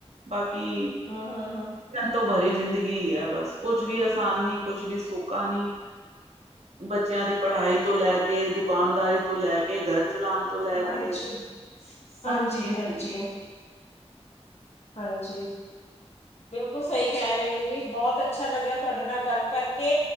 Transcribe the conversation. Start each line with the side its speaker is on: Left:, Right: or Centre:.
Right: ਬਾਕੀ
Left: ਹਮ ਹਾ
Right: ਤੋਂ ਭਰੀ ਜ਼ਿੰਦਗੀ ਹੀ ਹੈ ਬਸ ਕੁਛ ਵੀ ਆਸਾਨ ਨੀ ਕੁਛ ਵੀ ਸੋਕਾਾ ਨੀ ਬੱਚਿਆਂ ਦੀ ਪੜ੍ਹਾਈ ਤੋਂ ਲੈ ਕੇ ਦੁਕਾਨਦਾਰੀ ਤੋਂ ਲੈ ਕੇ ਘਰ ਚਲਾਉਣ ਤੋਂ ਲੈ ਕੇ
Left: ਹਾਂਜੀ
Right: ਸਭ
Left: ਹਾਂਜੀ
Right: ਚੀਜ਼ ਹੀ
Left: ਹਾਂਜੀ
Right: ਪੈ
Left: ਹਾਂਜੀ ਬਿਲਕੁਲ ਸਹੀ ਕਹਿ ਰਹੇ ਹੋ ਦੀਦੀ ਬਹੁਤ ਅੱਛਾ ਲੱਗਿਆ ਤੁਹਾਡੇ ਨਾਲ ਗੱਲ ਕਰਕੇ